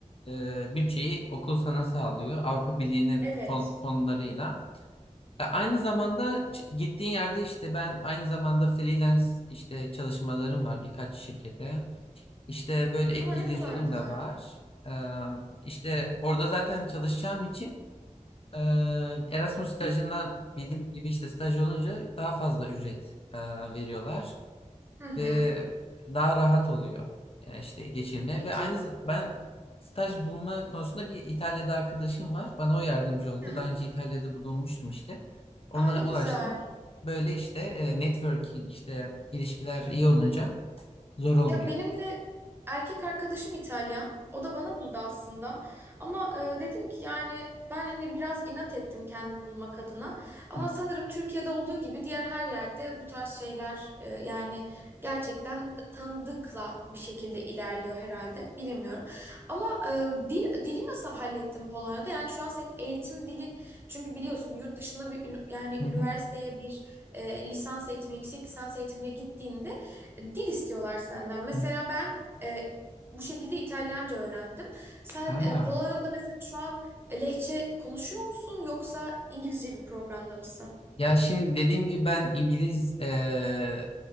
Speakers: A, on the left; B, on the right.
A: e, bütçeyi okul sana sağlıyor Avrupa Birliği'nin
B: Evet.
A: fon, fonlarıyla. E, aynı zamanda ç- gittiğin yerde işte ben aynı zamanda freelance işte çalışmalarım var birkaç şirkete. İşte böyle ek
B: Aa ne
A: gelirlerim
B: kadar güzel.
A: de var. E, işte orada zaten çalışacağım için e, Erasmus stajından bildiğim gibi işte staj olunca daha fazla ücret e, veriyorlar
B: Hı hı.
A: ve daha rahat oluyor. Yani işte geçinme
B: Peki.
A: ve aynı z- ben staj bulma konusunda bir İtalya'da arkadaşım var. Bana o yardımcı oldu.
B: Hı hı.
A: Daha önce İtalya'da bulunmuştum işte. Ona
B: Aa ne güzel.
A: ulaştım. Böyle işte e, networking işte ilişkiler iyi olunca zor olmuyor.
B: Ya benim de erkek arkadaşım İtalyan. O da bana buldu aslında. Ama e, dedim ki yani ben hani biraz inat ettim kendim bulmak adına. Ama
A: Hı
B: sanırım Türkiye'de olduğu gibi diğer her yerde bu tarz şeyler e, yani gerçekten tanıdıkla bir şekilde ilerliyor herhalde. Bilemiyorum. Ama e, dil dili nasıl hallettin Polonya'da? Yani şu an senin eğitim dilin çünkü biliyorsun yurt dışında bir ünü- yani
A: hı.
B: üniversiteye
A: hı.
B: bir e, lisans eğitimi, yüksek lisans eğitimine gittiğinde dil istiyorlar senden. Mesela
A: Hı.
B: ben e, bu şekilde İtalyanca öğrendim. Sen
A: Aa,
B: e, Polonya'da mesela şu an Lehçe konuşuyor musun yoksa İngilizce bir programda mısın?
A: ya şimdi dediğim gibi ben İngiliz e,